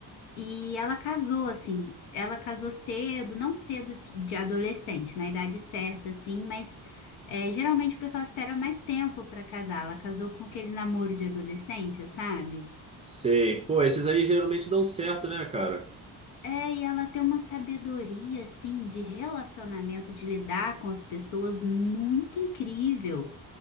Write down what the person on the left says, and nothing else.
E ela casou, assim, ela casou cedo, não cedo de adolescente, na idade certa, assim, mas é, geralmente o pessoal espera mais tempo pra casar. Ela casou com aquele namoro de adolescência, sabe?
É, e ela tem uma sabedoria, assim, de relacionamento, de lidar com as pessoas muito incrível.